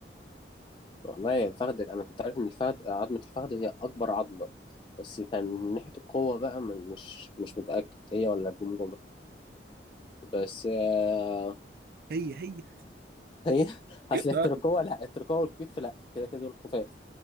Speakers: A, on the left; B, on the right.
A: والله يا الفخذ انا كنت عارف ان الفخذ عظمه الفخذ هي اكبر عظمه بس كان من ناحيه القوه بقى م- مش مش متاكد هي ولا الجمجمه بس آه،
B: هي هي
A: هي <laughs>
B: <laughs>
A: هتلاقي التركوه لا التركوه والكتف لا كده كده دول خفاف